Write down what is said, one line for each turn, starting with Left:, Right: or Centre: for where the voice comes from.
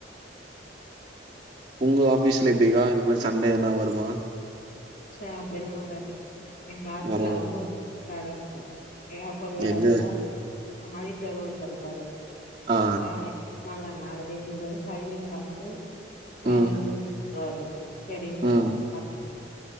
Right: உங்க ஆஃபீஸ்ல எப்டிக்கா இந்த மாரி சண்டே எதுனா வருமா
Left: ச அப்படில்லாம் வராது எங்க ஆட்டில
Right: வராதுங்க
Left: அவுங்களு வேலை இருக்கும் <unintelligible> க்கு ஒரு வேவருக்கும்
Right: எங்க
Left: ஆய்ட்டாரோ தருப்பரு அது
Right: ஆ
Left: பார்வ ம்ம ஆ நாலுதா நாலு டேபிள் சரிய்னு பாத்துட்டு நல்லா
Right: ம்
Left: தூங்கி ருவாரு செரினு விட்டாச்
Right: ம்.
Left: அப்